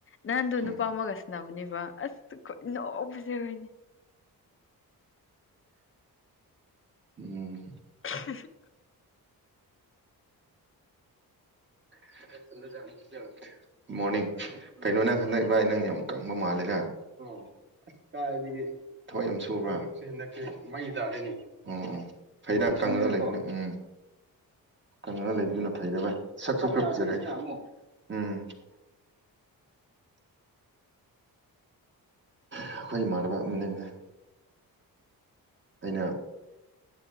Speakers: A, on the left (about 35°); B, on the right (about 30°).
A: ꯅꯟꯗꯣ ꯅꯨꯄꯥ
B: ꯎꯝ
A: ꯑꯃꯒ ꯅꯕꯅꯦꯕ ꯑꯁ ꯈꯨꯠ ꯅꯣꯛꯄꯁꯦ ꯈꫭꯏꯅꯤ꯫
B: ꯎꯝ꯫
A: <unintelligible>
B: <inaudible> ꯃꯣꯔꯅꯤꯡ ꯀꯩꯅꯣ ꯅꯪ ꯍꯟꯗꯛ ꯏꯕꫭꯏ ꯅꯪ ꯌꯥꯝ ꯀꯪꯕ ꯃꯥꯂꯤꯗꯥ꯫ ꯑꯁ ꯀꯥꯏꯗꯒꯤ ꯊꯕꯛ ꯌꯥꯝ ꯁꯨꯕ꯭ꯔꯥ ꯊꯕꯛꯁꯤ ꯍꯟꯗꯛꯇꯤ ꯃꯩ ꯇꯥꯔꯦꯅꯦ ꯎꯝ ꯎꯝ꯫ ꯐꯩꯗꯥ ꯀꯪꯔꯒ ꯂꯩꯕꯅ ꯎꯝ ꯀꯪꯔꯒ ꯂꯩꯕꯗꯨꯅ ꯐꯩꯗ ꯕꯥꯏ꯫ <inaudible> ꯑꯩꯈꯣꯏ ꯏꯃꯥꯟꯅꯕ ꯑꯃꯅꯤꯗ꯫ ꯑꯩꯅ